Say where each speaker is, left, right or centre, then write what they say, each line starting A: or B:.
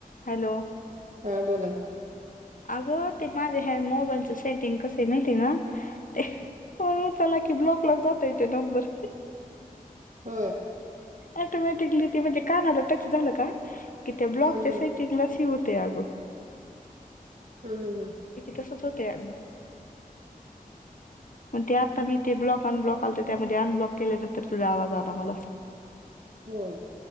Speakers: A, on the left; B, on the right.
A: Hello
B: हा बोला
A: अग ते मा दे ख मोबाईलच सेटिंग कस हे माहिती हे का कॉल उचलला की ब्लॉकलाच जातोय तो नंबर
B: हो
A: ऑटोमॅटिकली ते म्हणजे कानाला टच झालं का कि त्या ब्लॉकच्या
B: हं, हं.
A: होते आग
B: हं, हं, हं.
A: तसंच होतंय अगं
B: <inaudible>
A: मग ते आता बी ते ब्लॉक अनब्लॉक आलत त्यामध्ये अनब्लॉक केल्यानंतर तुझा आवाज आला मला
B: होय.